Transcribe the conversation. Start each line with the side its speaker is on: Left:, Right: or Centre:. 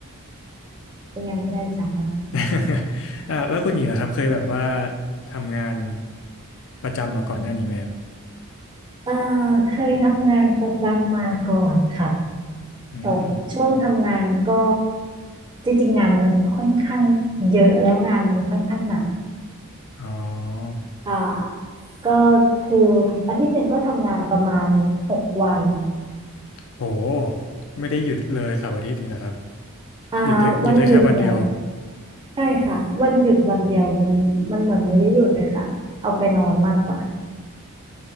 Right: เป็นงานที่น่าอิจฉามากค่ะ
Left: <laughs> อ่าแล้วคุณหญิงนะครับเคยแบบว่าทำงานประจำมาก่อนหน้านี้ไหมครับ
Right: เออเคยทำงานประจำมาก่อนค่ะ
Left: อืม
Right: ตกช่วงทำงานก็จริงๆงานมันค่อนข้างเยอะแล้วงานมันค่อนข้างหนัก
Left: อ๋อ
Right: อ่าก็คืออาทิตย์หนึ่งก็ทำงานประมาณหกวัน
Left: โหไม่ได้หยุดเลยเสาร์อาทิตย์นี่นะครับ
Right: อ่าวันหยุดเนี่ย
Left: หยุดได้หยุดได้แค่วันเดียว
Right: ใช่ค่ะวันหยุดวันเดียวมันมันเหมือนไม่ได้หยุดเลยค่ะเอาไปนอนมากกว่า